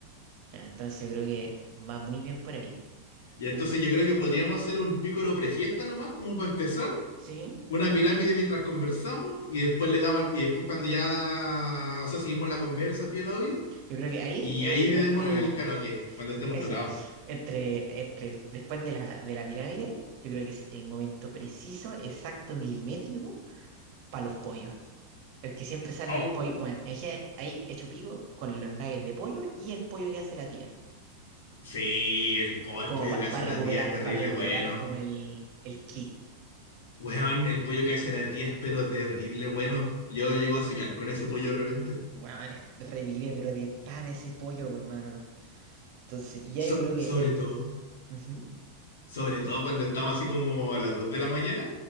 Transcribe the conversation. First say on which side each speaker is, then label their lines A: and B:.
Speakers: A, on the right; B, on the left.
A: Ya, Entonces yo creo que va muy bien por ahí.
B: Y entonces
A: Ya.
B: yo creo que podríamos hacer un pícoro prefiesta nomás, como para empezar.
A: Sí,
B: Una pirámide mientras conversamos y después le damos. al- Y después cuando ya. O sea, seguimos la conversa, piel obvio.
A: yo creo que ahí
B: Y
A: es
B: ahí
A: el momento
B: le demos el karaoke, cuando estemos
A: ese,
B: tocados.
A: entre, entre el- después de la, de la pirámide, yo creo que es el momento preciso, exacto, milimétrico, para los pollos. El que siempre salva
B: Oh,
A: el pollo, bueno, es que ahí hecho pico con los nuggets de pollo y el pollo que hace la tía.
B: sí, el, po- el
A: Como
B: pollo
A: para
B: que hace la
A: recuperar,
B: tía es terrible,
A: para recuperar
B: bueno.
A: como el, el ki.
B: Weón, el pollo que hace la tía es pero terrible, bueno. Yo llego a soñar con ese pollo de repente.
A: Bueno, revive, pero de pan ese pollo, hermano. Entonces ya
B: So-
A: yo creo que...
B: sobre
A: em,
B: todo,
A: ujú.
B: sobre todo cuando estamos así como a las 2 de la mañana.